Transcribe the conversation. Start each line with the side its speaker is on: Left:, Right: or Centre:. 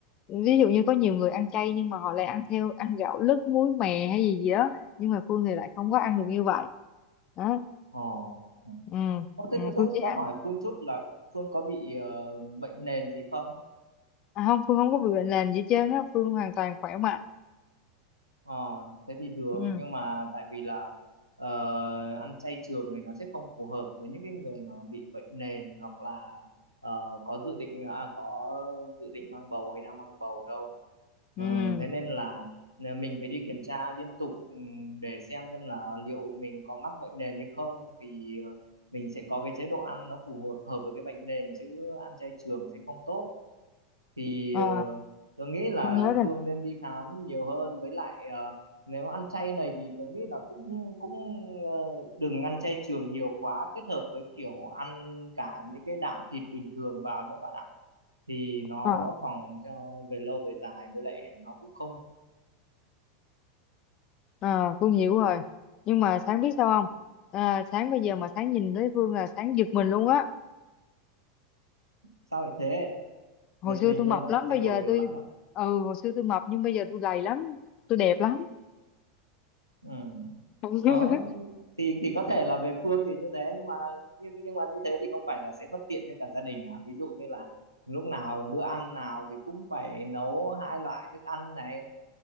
Left: ví dụ như có nhiều người ăn chay nhưng mà họ lại ăn theo ăn gạo lứt muối mè hay gì gì đó nhưng mà Phương thì lại không có ăn được như vậy đó
Right: ồ ừ.
Left: ừ,
Right: Ô, thế
Left: ừ
Right: tớ, tớ,
Left: Phương chỉ ăn
Right: tớ hỏi Phương chút là Phương có bị ờ, bệnh nền gì không
Left: à, không Phương không có bị bệnh nền gì hết trơn á Phương hoàn toàn khỏe mạnh
Right: ờ thế thì được
Left: ừ
Right: nhưng mà tại vì là ờ, ăn chay trường này nó sẽ không phù hợp với những cái người mà bị bệnh nền hoặc là ờ, có dự định à, có dự định mang bầu hay đang mang bầu đâu
Left: ừ
Right: Ờ, thế nên là mình phải đi kiểm tra liên tục ừm, để xem xem là liệu mình có mắc bệnh nền hay không thì ờ, mình sẽ có cái chế độ ăn nó phù hợp hợp với cái bệnh nền chứ ăn chay trường sẽ không tốt thì
Left: Ờ.
Right: ờ, tôi nghĩ là
Left: con nhớ rồi
Right: Phương nên đi khám nhiều hơn với lại ờ, nếu ăn chay này thì tôi nghĩ là cũng cũng ờ, đừng ăn chay trường nhiều quá kết hợp với kiểu ăn cả những cái đạm thịt bình thường vào nữa bạn ạ thì nó
Left: ờ
Right: phòng cho về lâu về dài với lại nó cũng không
Left: ờ, con hiểu rồi nhưng mà sáng biết sao không à, sáng bây giờ mà sáng nhìn thấy Phương là sáng giật mình luôn á
Right: sao lại thế
Left: hồi
Right: giật
Left: xưa
Right: mình
Left: tôi
Right: luôn
Left: mập
Right: à
Left: lắm
Right: thay
Left: bây
Right: đổi
Left: giờ
Right: nhiều
Left: tôi,
Right: lắm
Left: tôi
Right: à
Left: ừ hồi xưa tôi mập nhưng bây giờ tôi gầy lắm tôi đẹp lắm
Right: ừ.
Left: <laughs>
Right: đó thì thì có thể là về Phương thì như thế nhưng mà nhưng nhưng mà như thế thì không phải là sẽ bất tiện cho cả gia đình à ví dụ như là lúc nào bữa ăn nào thì cũng phải nấu hai loại thức ăn này